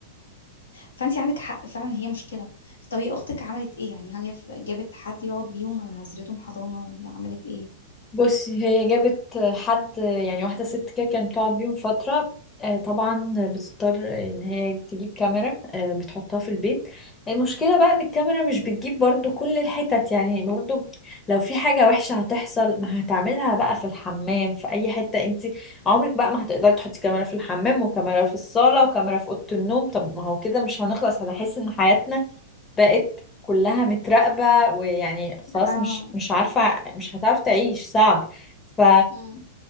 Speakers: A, on the left (about 75°); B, on the left (about 20°).
A: فأنت عندك حق فعلا هي مشكلة طب هي أختك عملت إيه يعني هل هي جابت حد يقعد بيهم ولا نزلتهم حضانة ولا عملت إيه؟
B: بصي هي جابت حد يعني واحدة ست كده كانت بتقعد بيهم فترة آه، طبعا بتضطر ان هي تجيب كاميرا آه، بتحطها في البيت المشكلة بقى ان الكاميرا مش بتجيب برضو كل الحتت يعني برضو لو في حاجة وحشة هتحصل ما هتعملها بقى في الحمام في اي حتة انت عمرك بقى ما هتقدري تحطي كاميرا في الحمام وكاميرا في الصالة وكاميرا في أوضة النوم طب ما هو كده مش هنخلص هنحس ان حياتنا بقت كلها متراقبة ويعني خلاص
A: اه
B: مش مش عارفة مش هتعرف تعيش صعب ف
A: مم.